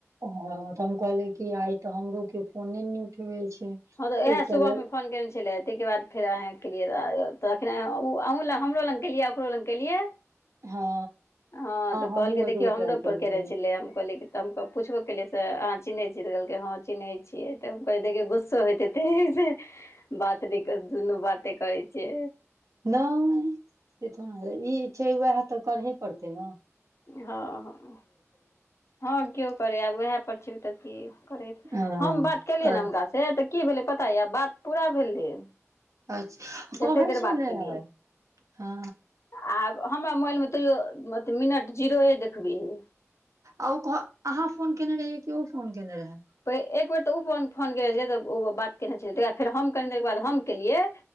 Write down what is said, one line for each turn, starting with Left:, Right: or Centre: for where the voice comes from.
Right: हँ तऽ हम कहलियै कि आइ त हमरो कियो फोने नेै उठबेै छै।
Left: हँ तऽ वैह
Right: एकटा
Left: सुबह
Right: लड़
Left: मे फोन केने छले, तै के बाद फेर अहाँ केलियै लागल तखन हमरो लग केलियै, ओकरो लग केलियै
Right: हँ
Left: हँ तऽ
Right: हमहुँ
Left: कहलकै
Right: एकरो
Left: देखियौ हमरो
Right: ट्राइ
Left: पर केने
Right: रहियै
Left: छेलै हम कहलियै तऽ हम पूछबो केलियै से अहाँ चिन्है छियै त हम कहलियै हं चिन्ह छियै होेत हेतै छै, बात नै दुनू बाते करै छै।
Right: नै ई छै वैह तऽ करहे पड़तेै न।
Left: हँ हँ, हँ किओ करै आब वैह पर छीन तऽ की करै,
Right: हँ
Left: हम बात केलियै
Right: कर
Left: न हुनका से तऽ की भेलै पता या बात पूरा भेलै
Right: अच्छा,
Left: जतेक
Right: कहै
Left: देर
Right: छलै
Left: बात केलियै
Right: हँ, हँ
Left: आब हमरा मोबाइल में तैयो मत मिनट जीरोए देखबै है।
Right: और कहऽ अहाँ फोन केने रहियै कि ओ फोन केने रहै।
Left: ते एक बेर तऽ उ फोन फोन केने छलै तऽ ओ बात केने छलै आ फेर हम कनि देरके बाद हम केलियै